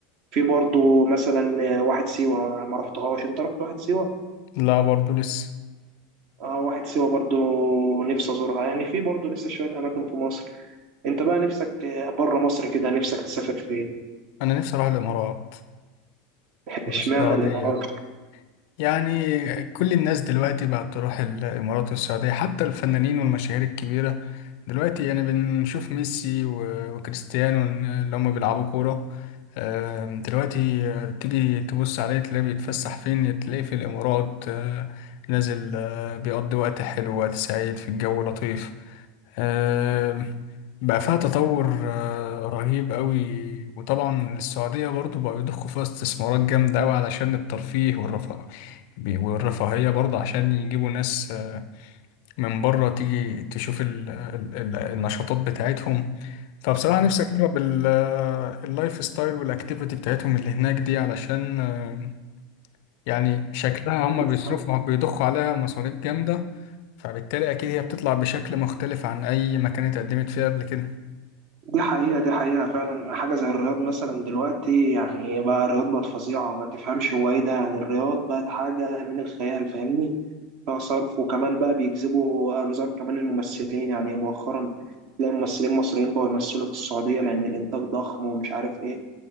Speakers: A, on the right; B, on the left.
A: في برضو مثلا آه، واحد سيوة ما رحتهاش انت رحت واحد سيوة
B: لا برضو لسه
A: اه واحد سيوة برضو نفسي أزورها يعني في برضو لسه شوية أماكن في مصر انت بقى نفسك آه، بره مصر كده نفسك تسافر فين
B: انا نفسي اروح الامارات
A: <laughs> اشمعنى
B: والسعودية
A: الإمارات
B: يعني كل الناس دلوقتي بقت تروح الإمارات والسعودية حتى الفنانين والمشاهير الكبيرة دلوقتي يعني بنشوف ميسي و- وكريستيانو اللي هم بيلعبوا كورة آم، دلوقتي آه، تيجي تبص عليه تلاقيه بيتفسح فين تلاقيه في الإمارات آه، نازل آه، بيقضي وقت حلو وقت سعيد في الجو لطيف آه، بقى فيها تطور آه، رهيب قوي وطبعا السعودية برضو بقوا يضخوا فيها استثمارات جامدة قوي علشان الترفيه والرفاه بي- والرفاهية برضه عشان يجيبوا ناس آه، من بره تيجي تشوف ال ال ال النشاطات بتاعتهم فبصراحة نفسي أجرب ال- آه، اللايف ستايل والأكتيفيتي بتاعتهم اللي هناك دي علشان آه، يعني شكلها هم
A: بالظبط
B: بيصرفوا بيضخوا عليها مصاريف جامدة فبالتالي أكيد هي بتطلع بشكل مختلف عن أي مكان اتقدمت فيه قبل كده
A: دي حقيقة دي حقيقة فعلا حاجة زي الرياض مثلا دلوقتي يعني بقى الرياض بقت فظيعة ما تفهمش هو ايه ده يعني الرياض بقت حاجة من الخيال فاهمني فيها صرف وكمان بقى بيجذبوا أنظار كمان الممثلين يعني مؤخرا تلاقي ممثلين مصريين بقوا يمثلوا في السعودية لأن الإنتاج ضخم ومش عارف ايه